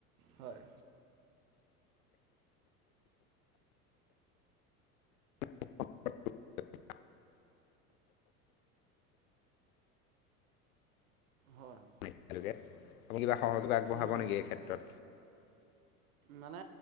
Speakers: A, on the right; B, on the left.
A: হয়।
B: <unintelligible>
A: হয়
B: মানে একেলগে, আপুনি কিবা সহযোগ আগবঢ়াব
A: উম
B: নেকি এই ক্ষেত্ৰত?
A: মানে